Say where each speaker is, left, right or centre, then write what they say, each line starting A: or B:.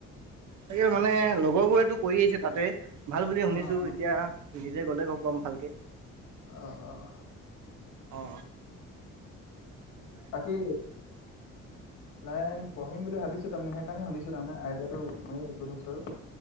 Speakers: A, on the right (about 70°); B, on the left (about 80°).
A: তাকে মানে লগৰ বোৰেতটো কৰি আহিছে তাতে ভাল বুলি শুনিছো
B: অ অ
A: এতিয়া। নিজে গ'লে গ পাম ভালকে।
B: অহ অহ।
A: অ।
B: বাকী লাইন। পঢ়ম বুলি ভাবছো তাৰমানে হেইকানে শুনিছো তাৰমানে আইটিয়াটো মই শিকি থছোঁ।